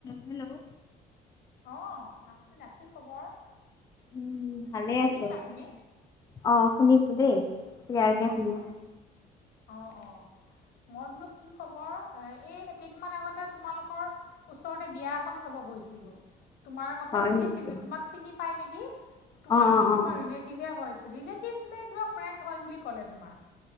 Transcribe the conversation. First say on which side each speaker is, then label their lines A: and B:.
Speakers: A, on the left (about 20°); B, on the left (about 70°).
A: হেল্ল'
B: অ আনা কি খবৰ
A: উম ভালে
B: শুনিছা
A: আছো
B: তুমি?
A: অ শুনিছো দেই তয়াৰকে
B: অ',
A: শুনিছো
B: অ', অ অ মই বোলো কি খবৰ এই সেইকেইদিন আগতে তোমালোকৰ ওচৰতে বিয়া এ খাব গৈছিলোঁ তোমাৰ কথা
A: হয়
B: সুধিছিল
A: নেকি
B: তোমাক চিনি পায় নেকি তোমালোকৰ
A: অ অ অ
B: কোনোবা
A: অ
B: ৰিলেটিভে ৰিলেটিভ নে কিবা ফ্ৰেণ্ড হয় বুলি ক'লে তোমাৰ